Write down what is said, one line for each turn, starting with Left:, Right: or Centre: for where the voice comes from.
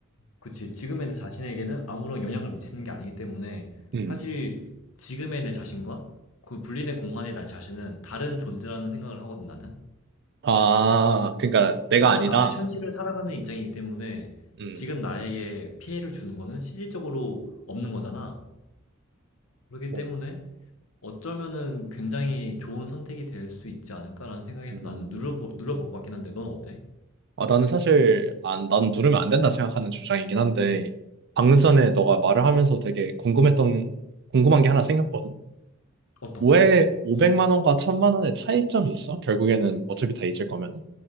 Left: 그치. 지금의 내 자신에게는 아무런 영향을 미치는 게 아니기 때문에
Right: 음.
Left: 사실 지금의 내 자신과 그 분리된 공간의 나 자신은 다른 존재라는 생각을 하거든, 나는.
Right: 아, 그러니까 내가
Left: 어쨌거나
Right: 아니다.
Left: 나는 현실을 살아가는 입장이기 때문에
Right: 음.
Left: 지금 나에게 피해를 주는 거는 실질적으로 없는 거잖아. 그렇기
Right: 뭐,
Left: 때문에 어쩌면은 굉장히 좋은 선택이 될 수 있지 않을까라는 생각에서
Right: 음.
Left: 나는 눌러보, 눌러볼 것 같긴 한데, 넌 어때?
Right: 아, 나는 사실, 안, 난 누르면 안 된다 생각하는 주장이긴 한데, 방금 전에 너가 말을 하면서 되게 궁금했던, 궁금한 게 하나 생겼거든.
Left: 어떤
Right: 왜
Left: 거?
Right: 500만 원과 1000만 원의 차이점이 있어? 결국에는 어차피 다 잊을 거면.